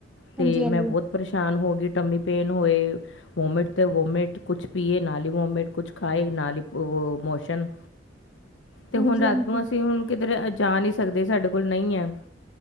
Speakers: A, on the left; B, in the centre.
A: ਤੇ
B: ਹਾਂਜੀ
A: ਮੈਂ ਬਹੁਤ ਪਰੇਸ਼ਾਨ ਹੋ ਗਈ, ਟਮੀ ਪੇਨ ਹੋਏ ਵੋਮਿਟ ਤੇ ਵੋਮਿਟ, ਕੁਛ ਪੀਏ ਨਾਲ ਹੀ ਵੋਮਿਟ, ਕੁਛ ਖਾਏ ਨਾਲ ਹੀ ਉਹ ਮੋਸ਼ਨ, ਤੇ
B: ਹਾਂਜੀ
A: ਹੁਣ ਰਾਤ
B: ਹਾਂਜੀ
A: ਨੂੰ ਅਸੀਂ ਹੁਣ ਕਿਧਰ ਆ ਜਾ ਨਹੀ ਸਕਦੇ ਸਾਡੇ ਕੋਲ ਨਹੀਂ ਹੈ,